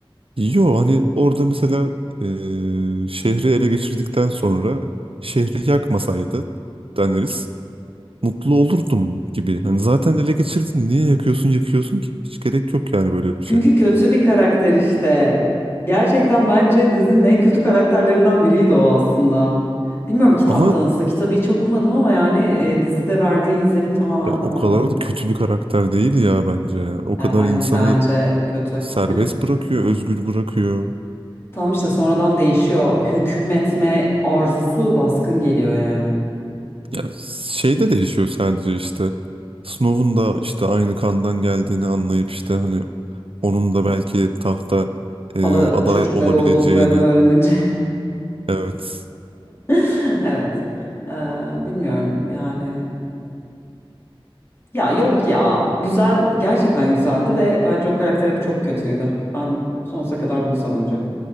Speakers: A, on the right; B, on the left.
A: Yo hani orada mesela eee, şehri ele geçirdikten sonra şehri yakmasaydı deneriz mutlu olurdum gibi. Hani zaten ele geçirdin niye yakıyorsun yakıyorsun ki? Hiç gerek yok yani böyle bir şeye.
B: Çünkü kötü bir karakter işte. Gerçekten bence dizinin en kötü karakterlerinden biriydi o aslında. Bilmiyorum kitapta
A: Ama
B: nasıl. Kitabı hiç okumadım ama yani e, dizide verdiği izlenim tamamen
A: ya o
B: oydu.
A: kadar da kötü bir karakter değil ya bence. ya. O
B: Yani
A: kadar
B: ben
A: insanı
B: bence kötü.
A: serbest
B: <laughs>
A: bırakıyor, özgür bırakıyor.
B: Tam işte sonradan değişiyor. Hükmetme arzusu baskın geliyor yani.
A: Ya şey de değişiyor sadece işte. Snow'un da işte aynı kandan geldiğini anlayıp işte hani onun da belki tahta
B: Hala
A: e, aday
B: çocukları
A: olabileceğini.
B: olduklarını öğrenince.
A: Evet.
B: <laughs> Evet. Ee, bilmiyorum yani Ya yok ya. Güzel, gerçekten güzeldi ve bence o karakter hep çok kötüydü. Ben sonsuza kadar bunu savunacağım.